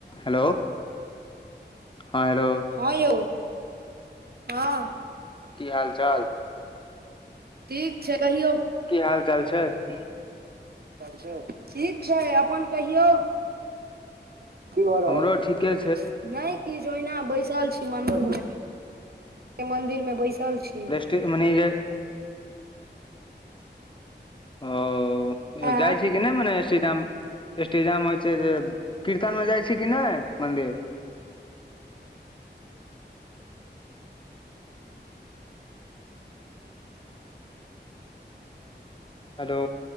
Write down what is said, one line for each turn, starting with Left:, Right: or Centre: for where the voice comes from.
Left: Hello, हां hello.
Right: हां यौ हां।
Left: की हाल-चाल?
Right: ठीक छै कहियौ?
Left: की हाल-चाल छै? ठी
Right: चाल छै, ठीक छै अपन कहियौ? की भै रहल
Left: हमरो
Right: छै,
Left: ठीके
Right: नै की छै ओयहना बैसल छी मदिर मे, ए मंदिर में बैसल छीयै
Left: के मैनेजर औ अ
Right: आ
Left: जाए छी कि नै मने <unintelligible> अष्टजाम होइ छै जे कीर्तन मे जाइ छी कि नै मंदिर? हेलो,